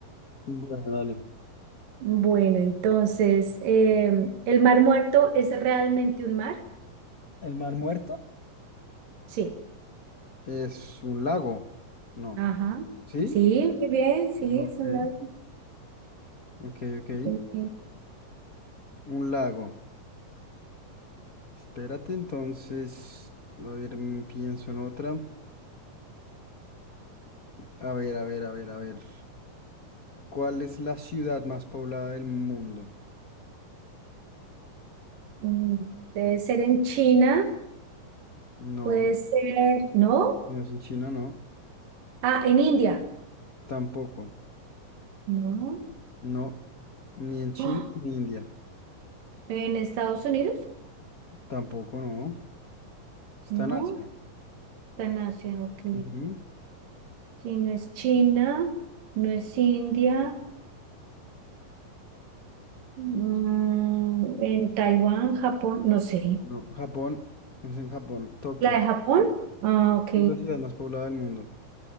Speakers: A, on the left (about 75°); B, on the right (about 75°).
A: Bueno, dale.
B: Bueno, entonces, em, ¿el Mar Muerto es realmente un mar?
A: ¿El Mar Muerto?
B: Sí.
A: Es un lago. No.
B: Ajá.
A: ¿Sí?
B: Sí, muy bien, sí,
A: Ok.
B: es un lago.
A: Ok, ok.
B: Muy bien.
A: Un lago. Espérate, entonces. A ver, mm, pienso en otra. A ver, a ver, a ver, a ver. ¿Cuál es la ciudad más poblada del mundo?
B: Mm, Debe ser en China,
A: No,
B: puede ser, ¿no?
A: no es en China, no.
B: Ah, en India,
A: Tampoco.
B: ¿no?
A: No, ni en China
B: Oh,
A: ni en India.
B: ¿en Estados Unidos?
A: Tampoco, no. Está
B: No,
A: en Asia.
B: está en Asia, ok.
A: Ujú.
B: Sí, no es China, no es India, mm, en Taiwán, Japón, no sé.
A: No, Japón. No es en Japón. Tokio.
B: ¿La de Japón? Ah, ok.
A: Es la ciudad más poblada del mundo.